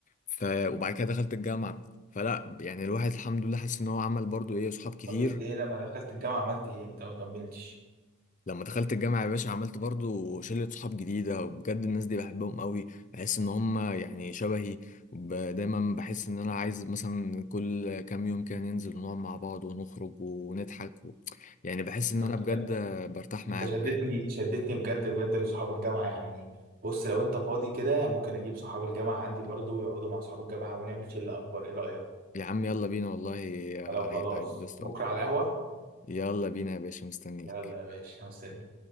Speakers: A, on the left (about 35°); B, on the right (about 45°).
A: ف... وبعد كده دخلت الجامعة فلا يعني الواحد الحمد لله حاسس إن هو عمل برضو إيه صحاب كتير
B: طب أنت إيه لما دخلت الجامعة عملت إيه أنت ما كملتش
A: لما دخلت الجامعة يا باشا عملت برضو شلة صحاب جديدة وبجد الناس دي بحبهم قوي بحس ان هم يعني شبهي وب- دايما بحس ان انا عايز مثلا كل كام يوم كده ننزل ونقعد مع بعض ونخرج ونضحك و... يعني بحس ان
B: طب
A: انا بجد برتاح معاهم
B: انت شدتني
A: يعني
B: شدتني بجد بجد لصحاب الجامعه يعني بص لو انت فاضي كده ممكن اجيب صحاب الجامعه عندي برضو ويقعدوا مع صحاب الجامعه ونعمل شله اكبر ايه رايك
A: يا عم يلا بينا والله هي-
B: لو خلاص
A: هيتبسطوا
B: بكره
A: قوي
B: على القهوه
A: يلا بينا يا باشا مستنيك
B: يلا يا باشا مستني